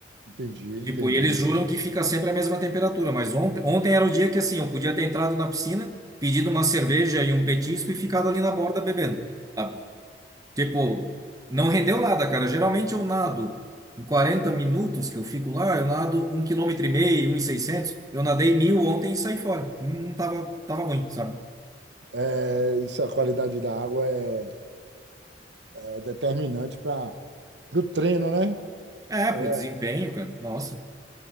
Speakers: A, on the right; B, on the right.
A: Entendi, entendi.
B: Tipo, e eles juram que fica sempre a mesma temperatura, mas ontem, ontem era o dia que assim, eu podia ter entrado na piscina, pedido uma cerveja e um petisco e ficado ali na borda bebendo. tá? Tipo, não rendeu nada, cara. Geralmente eu nado em 40 minutos que eu fico lá, eu nado um quilômetro e meio, um e 600. Eu nadei mil ontem e saí fora. Não tava, tava ruim, sabe?
A: É, isso, a qualidade da água é, é determinante para o treino, né?
B: É,
A: É,
B: pro desempenho, cara. Nossa.